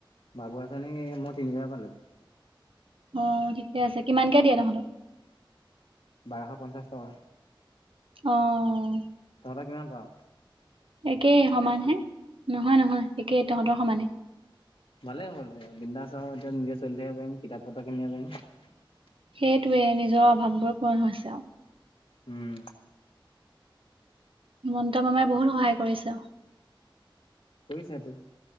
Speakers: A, on the left; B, on the right.
A: বাবু আঁচনি মই তিনিবাৰ পালো।
B: অহ ঠিকে আছে, কিমানকে দিয়ে তহঁতক।
A: বাৰশ পঞ্চাছ টকা।
B: অ'হ।
A: তহঁতে কিমান পাঅ।
B: একেই সমান হে নহয় নহয় একেই তহঁতৰ সমানেই।
A: ভালে হ'ল বিন্দাছ এতিয়া নিজে চলি থাকিব পাৰিম কিতাপ পত্ৰ কিনিব পাৰিম।
B: সেইটোৱে নিজৰ অভাৱবোৰ পূৰণ হৈছে আৰু।
A: উম।
B: হিমন্ত মামাই বহুত সহায় কৰিছে।
A: কৰিছে তটো